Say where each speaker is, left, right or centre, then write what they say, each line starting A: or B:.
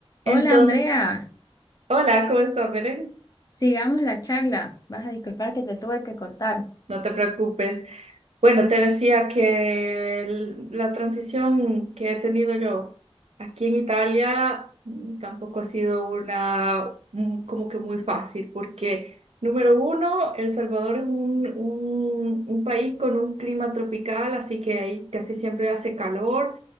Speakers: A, on the right; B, on the left.
A: Entonces,
B: Hola Andrea,
A: hola, ¿cómo estás, Belén?
B: sigamos la charla. Vas a disculpar que te tuve que cortar.
A: No te preocupes. Bueno, te decía que el- la transición que he tenido yo aquí en Italia mm, tampoco ha sido una mm, como que muy fácil, porque número uno, El Salvador es un, un, un país con un clima tropical, así que ahí casi siempre hace calor,